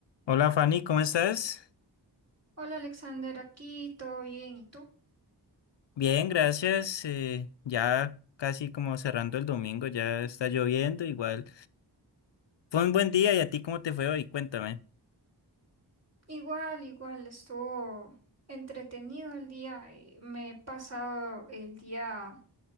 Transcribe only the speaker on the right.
Hola Alexander, aquí todo bien, ¿y tú?
Igual, igual, estuvo entretenido el día. eh, Me he pasado el día